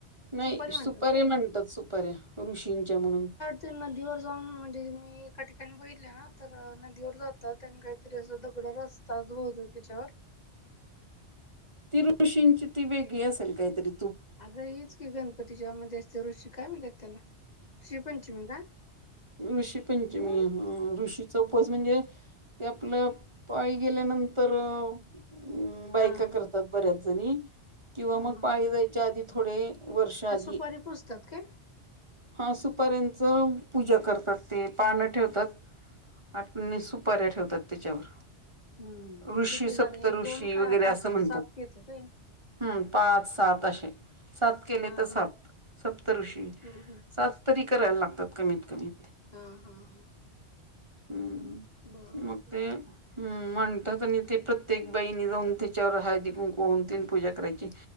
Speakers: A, on the right; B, on the left.
A: नाही
B: सुपारी मांडतात
A: सुपार्या
B: काय?
A: म्हणतात सुपऱ्या ऋषींच्या म्हणून.
B: ते नदीवर जाऊन म्हणजे मी एका ठिकाणी बघितले ना तर नदीवर जातात आणि काहीतरी असं दगड र असत. तच ब होत होतेिच्यावर.
A: ति ऋशींची ती वेगळी असेल काही तरी.
B: अग हीच की गणपती जेमध्येध्ये असते ऋषी काय म्हणतात त्याला ऋषी पंचमी काय?
A: ऋषी पंचमी ऋषी चौपच म्हणजे ते आपल्या पायी गेल्यानंतर हम् बायका
B: हा हा
A: करतात बऱ्याच जणी किंवा
B: हा
A: मग
B: हा
A: पाळी जायच्या आधी थोडे वर्ष आधी
B: दुपारी पोजतात का
A: हा सुूपर्यंतंत पूजा करतात ते पानं ठेवतात आणि आणि सुपाऱ्या ठेवतात त्याच्यावर
B: हम्म
A: ऋषी
B: किती
A: सप्तऋषी
B: साध एक दोन का
A: वगैरे
B: पाच
A: असं म्हणतात
B: सात घेत ते
A: हम्म पाच सात असे सात केले
B: हा
A: तर
B: हा
A: सात सप्त ऋषी
B: हम्म हम्म
A: सात तरी करायला लागतात कमीत कमी
B: हा हा हा
A: हम्
B: बर
A: म
B: बर
A: ते हम् म्हणतात आणि ते प्रत्येक बईणी जाऊन त्याच्यावर हळदी कून कोून त पूजा करायची